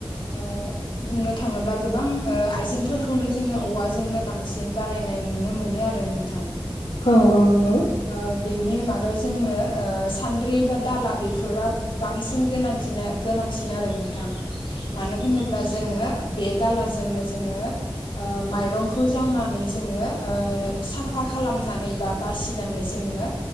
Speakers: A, on the left; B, on the left.
A: बुंनो थाङोबा गोबां आइजें खौनो जोङो औवाजोंनो बांसिन बानायनाय नुनो मोनो आरो नोंथां।
B: औ औ नंगौ
A: ओ बिनि मादाव जोंनो सान्द्रि बा दाला बेफोराव बांसिन गोनांथिन गोनांसिन आरो नोंथां मानो होनोब्ला जोङो बे दालाजोंनो जोङो ओ माइरंखौ जावनानै जोङो ओ साफा खालामनानै बा बासिनानै जोङो